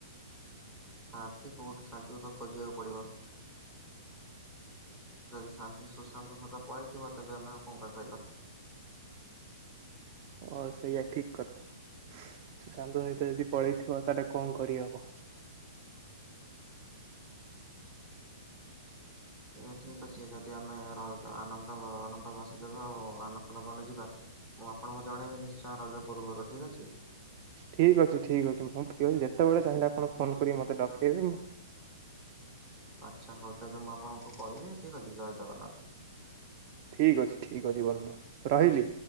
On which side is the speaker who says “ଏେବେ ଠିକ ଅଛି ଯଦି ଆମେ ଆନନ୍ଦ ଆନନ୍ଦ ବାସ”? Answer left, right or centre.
Centre